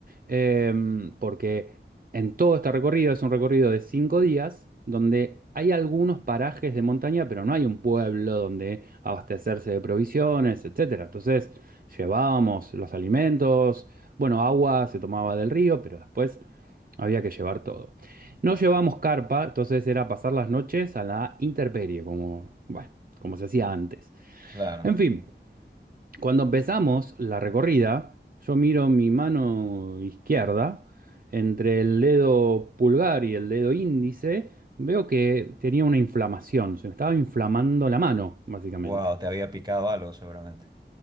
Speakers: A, on the right; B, on the right.
A: em, porque en todo este recorrido es un recorrido de cinco días, donde hay algunos parajes de montaña, pero no hay un pueblo donde abastecerse de provisiones, etcétera. Entonces llevábamos los alimentos, bueno, agua se tomaba del río, pero después había que llevar todo. No llevamos carpa, entonces era pasar las noches a la intemperie, como, bueno, como se hacía antes.
B: claro.
A: En fin, cuando empezamos la recorrida, yo miro mi mano izquierda, entre el dedo pulgar y el dedo índice, veo que tenía una inflamación, se me estaba inflamando la mano, básicamente.
B: Wow, te había picado algo seguramente.